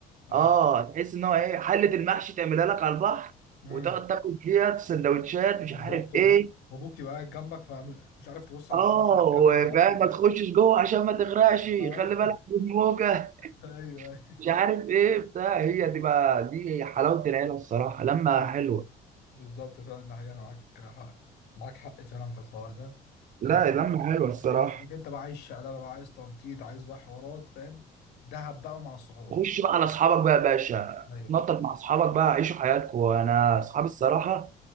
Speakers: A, on the left (about 75°); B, on the right (about 50°).
A: ايوه
B: اه تحس ان هو ايه حله المحشي تعملها لك على البحر
A: امم
B: وتقعد تاكل فيها سندوتشات
A: بالظبط
B: مش عارف
A: وابوك
B: ايه
A: وابوك يبقى قاعد جنبك فمش عارف تبص على
B: اه
A: حد ولا
B: وفاهم
A: تكلم حد ولا
B: ما تخشش جوه عشان ما تغرقش
A: آه.
B: خلي بالك من الموجه
A: <laughs> ايوه ايوه
B: مش عارف ايه بتاع هي دي بقى دي حلاوه العيله الصراحه لما
A: أيوة.
B: حلوه
A: بالظبط فعلا ده حقيقة انا معاك حق معاك حق فعلا في الحوار ده
B: لا
A: آه.
B: لما حلوه الصراحه
A: لكن لكن انت بقى عايز شقلبه بقى عايز تنطيط عايز بقى حوارات فاهم دهب بقى مع الصحاب
B: خش بقى على اصحابك بقى يا باشا
A: ايوه
B: نطط مع اصحابك بقى عيشوا حياتكم انا اصحابي الصراحه